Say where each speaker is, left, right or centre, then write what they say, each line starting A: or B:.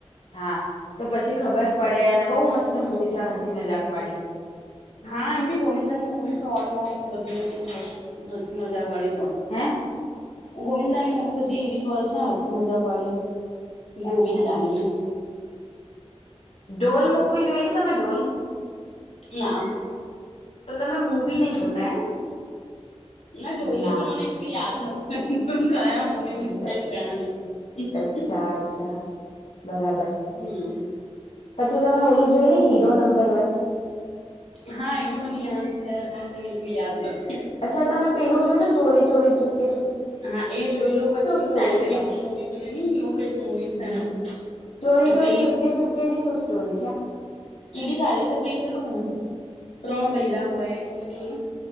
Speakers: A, on the left (about 65°); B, on the left (about 85°).
A: હા તો પછી ખબર પડે અને બહુ મસ્ત મુવી છે હસી મજાક વાળી.
B: હા આમબી ગોવિંદાની મૂવીઝ તો ઓલમોસ્ટ બધી હોઈ હસી મજાક હોઈ
A: હે
B: ગોવિંદા ની મુવી બધી એવી જોય છે. હસ્સી મજાક વાળી ગોવિંદાની
A: હ ડોલ મુવી જોઈ તમે ઢોલ
B: ના
A: તો તમે નહી જોતા એમ
B: ના જોયેલી
A: ના
B: પણ મને એટલી યાદ નથી કાયા મવી ન
A: અચ્છા
B: છેમ કાયા નહી
A: અચ્છા અચ્છા બરાબર
B: હમ
A: પછી તમે ઓલી જોઈેલી હીરો નંબર વન
B: હા એ બી મને યાદ છે પણ મને એટલી યાદ નથી
A: અચ્છા તમે પેલું જોયું ને ચોરી ચોરી ચ
B: હા એ જોઈ લો પછી પેલું
A: સ્ટોરી
B: સેન્ડવીચ
A: છે
B: મુવી પ નઈ એવું કઈક મુવી છે
A: હમ ચોરી ચોરી
B: પ
A: ચુપકે ચુપકે ની શું સ્ટોરી છે
B: એ બી સારી છે પછ પેલું ત્રણ બૈરા હોય તમે જોવો ને